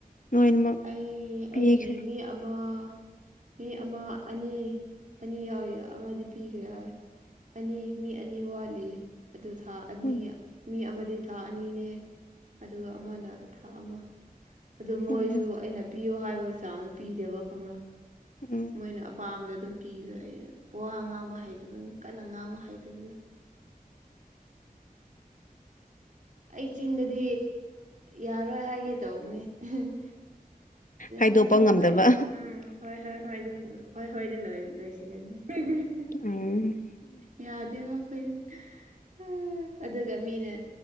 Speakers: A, on the left; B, on the right.
A: ꯂꯣꯏꯅꯃꯛ
B: ꯑꯩ
A: ꯄꯤꯈ꯭ꯔꯦ
B: ꯑꯩꯒꯤ ꯃꯤ ꯑꯃ ꯃꯤ ꯑꯃ ꯑꯅꯤ ꯑꯅꯤ ꯌꯥꯎꯔꯤ ꯑꯃꯗꯤ ꯄꯤꯈ꯭ꯔꯦ ꯍꯥꯏ ꯑꯅꯤ ꯃꯤ ꯑꯅꯤ ꯋꯥꯠꯂꯤ ꯑꯗꯨ ꯊꯥ ꯑꯅꯤ
A: ꯎꯝ
B: ꯃꯤ ꯑꯃꯗꯤ ꯊꯥ ꯑꯅꯤꯅꯦ ꯑꯗꯨꯒ ꯑꯃꯅ ꯊꯥ ꯑꯃ ꯑꯗꯨ ꯃꯣꯏ
A: ꯎꯝ
B: ꯑꯩꯅ ꯄꯤꯌꯣ ꯍꯥꯏꯕ ꯆꯥꯡꯗ ꯄꯤꯗꯦꯕ ꯈꯪꯕ꯭ꯔꯥ
A: ꯎꯝ
B: ꯃꯣꯏꯅ ꯑꯄꯥꯝꯕꯗ ꯑꯗꯨꯝ ꯄꯤꯕ ꯑꯩ ꯋꯥ ꯉꯥꯡꯕ ꯍꯩꯇꯕ ꯀꯟꯅ ꯉꯥꯡꯕ ꯍꯩꯇꯕꯗꯨ ꯑꯩ ꯆꯤꯟꯗꯗꯤ ꯌꯥꯔꯣꯏ ꯍꯥꯏꯒꯦ ꯇꯧꯕꯅꯤ <unintelligible>
A: ꯍꯥꯏꯗꯣꯛꯄ
B: ꯍꯣꯏ ꯍꯣꯏ
A: ꯉꯝꯗꯕ
B: ꯍꯣꯏ ꯎꯝ ꯍꯣꯏ ꯍꯣꯏ ꯍꯣꯏ <unintelligible> ꯍꯣꯏ ꯍꯣꯏꯗ ꯂꯣꯏ ꯂꯣꯏꯁꯤꯜꯂꯅꯤ
A: ꯎꯝ
B: ꯌꯥꯗꯦꯕ ꯑꯈꯣꯏꯗꯨ ꯑꯥ ꯑꯗꯨꯒ ꯃꯤꯅ